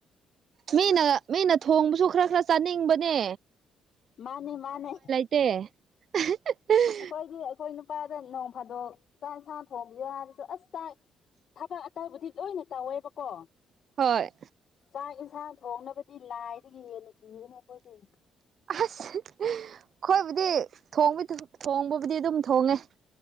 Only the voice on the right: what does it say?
ꯃꯤꯅ ꯃꯤꯅ ꯊꯣꯡꯕꯁꯨ ꯈꯔ ꯈꯔ ꯆꯥꯅꯤꯡꯕꯅꯦ
ꯇꯦ <unintelligible>
ꯍꯣꯏ
ꯑꯁ ꯈꯣꯏꯕꯨꯗꯤ ꯊꯣꯡꯕ ꯊꯣ ꯊꯣꯡꯕꯕꯨꯗꯤ ꯗꯨꯝ ꯊꯣꯡꯉꯦ